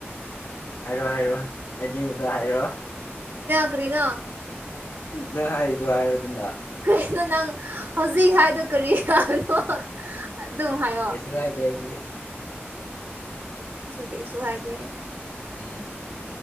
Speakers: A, on the left; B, on the right.
A: ꯍꯥꯏꯔꯣ ꯍꯥꯏꯔꯣ ꯑꯩꯗꯤꯕꯨꯗ ꯍꯥꯏꯔꯣ
B: ꯀ꯭ꯔꯦꯗꯣ
A: ꯅꯪ ꯍꯥꯏꯔꯤꯗꯣ ꯍꯥꯏꯕꯗꯨꯅ
B: ꯀꯔꯤꯅꯣ ꯅꯪ ꯍꯧꯖꯤꯛ ꯍꯥꯏꯗꯣ ꯀꯔꯤ ꯀꯅꯣ ꯑꯗꯨꯝ ꯍꯥꯏꯌꯣ
A: ꯀꯩꯁꯨ ꯍꯥꯏꯗꯦ ꯑꯩꯗꯤ
B: ꯀꯩꯁꯨ ꯍꯥꯏꯗꯤꯦ
A: ꯎꯝ